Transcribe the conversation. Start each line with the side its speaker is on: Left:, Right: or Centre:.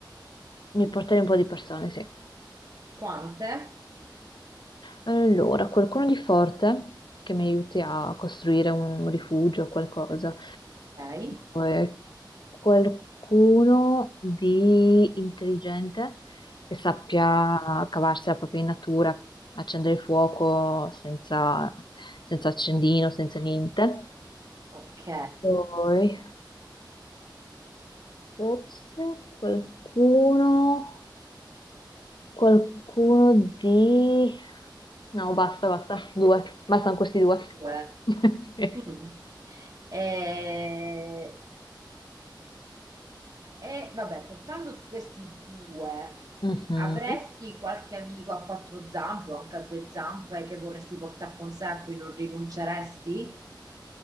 Left: mi porterei un po' di persone, sì.
Right: Quante?
Left: Allora, qualcuno di forte che mi aiuti a costruire un rifugio o qualcosa.
Right: Ok.
Left: Poi qualcuno di intelligente che sappia cavarsi la propria in natura, accendere il fuoco senza, senza accendino, senza niente.
Right: Ok.
Left: Poi forse qualcuno, qualcuno di... No, basta, basta, due, bastano questi due.
Right: Due.
Left: <laughs> Sì.
Right: Mm. E, e, vabbè, portandoti questi due,
Left: Mhm.
Right: avresti qualche amico a quattro zampe o anche a due zampe che vorresti portare con sé, a cui non rinunceresti?